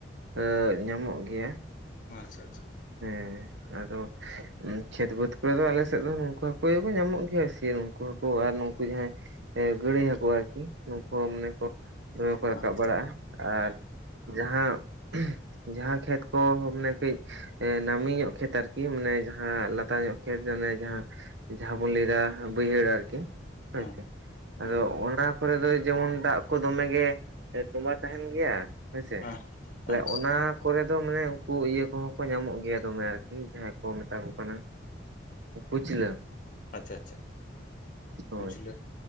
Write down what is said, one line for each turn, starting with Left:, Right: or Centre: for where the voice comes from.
Right: ᱮᱸ ᱧᱟᱢᱚᱜ ᱜᱮᱭᱟ ᱾
Left: ᱟᱪᱪᱷᱟ ᱟᱪᱪᱷᱟ᱾
Right: ᱦᱮᱸ ᱟᱫᱚ᱾ ᱠᱷᱮᱛ ᱵᱟᱹᱫᱽ ᱠᱚᱨᱮ ᱫᱚ ᱟᱞᱮᱥᱮᱫ ᱫᱚ ᱱᱩᱠᱩ ᱦᱟᱠᱩ ᱧᱟᱢᱚᱜ ᱜᱮᱭᱟ ᱥᱮ ᱱᱩᱠᱩ ᱦᱟᱠᱩ ᱟᱨ ᱱᱩᱠᱩ ᱡᱟᱦᱟᱸᱭ ᱜᱳᱬᱟᱹᱭ ᱦᱟᱹᱠᱩ ᱟᱨᱠᱤ ᱱᱩᱠᱩ ᱢᱟᱱᱮ ᱠᱚ ᱫᱚᱢᱮ ᱠᱚ
Left: ᱦᱮᱸ
Right: ᱨᱟᱠᱟᱵ ᱵᱟᱲᱟᱜ-ᱟ, ᱟᱨ ᱡᱟᱦᱟᱸ ᱡᱟᱦᱟᱸ ᱠᱷᱮᱛ ᱠᱚ ᱢᱟᱱᱮ ᱠᱟᱹᱡ᱾ ᱱᱟᱹᱢᱤ ᱧᱚᱜ ᱠᱷᱮᱛ ᱟᱨᱠᱤ ᱢᱟᱱᱮ ᱡᱟᱦᱟᱸ ᱞᱟᱛᱟᱨ ᱧᱚᱜ ᱠᱷᱮᱛ ᱢᱟᱱᱮ ᱡᱟᱦᱟᱸ ᱡᱟᱦᱟᱸ ᱵᱚᱱ ᱞᱟᱹᱭ ᱫᱟ ᱵᱟᱹᱭᱦᱟᱹᱲ ᱟᱨᱠᱤ, ᱦᱳᱭ
Left: ᱦᱮᱸ
Right: ᱥᱮ ᱟᱫᱚ
Left: ᱦᱮᱸ
Right: ᱚᱱᱟ ᱠᱚᱨᱮ ᱫᱚ ᱡᱮᱢᱚᱱ ᱫᱟᱜ ᱠᱚ ᱫᱚ ᱢᱮ ᱜᱮ ᱛᱚᱸᱵᱟ ᱛᱟᱦᱮᱱ ᱜᱮᱭᱟ ᱦᱮᱸᱥᱮ,
Left: ᱦᱮᱸ ᱦᱮᱸ
Right: ᱚᱱᱟ ᱠᱚᱨᱮ ᱫᱚ ᱢᱟᱱᱮ ᱩᱱᱠᱩ ᱤᱭᱟᱹ ᱠᱚ ᱦᱚᱸ ᱠᱚ ᱧᱟᱢᱚᱜ ᱜᱮᱭᱟ ᱫᱚᱢᱮ ᱟᱨᱠᱤ ᱡᱟᱦᱟᱸᱭ ᱠᱚ ᱢᱮᱛᱟ ᱠᱚ ᱠᱟᱱᱟ ᱠᱩᱪᱞᱟᱹ,
Left: ᱟᱪᱪᱷᱟ ᱟᱪᱪᱷᱟ
Right: ᱦᱳᱭ
Left: ᱠᱩᱪ ᱞᱟᱹ,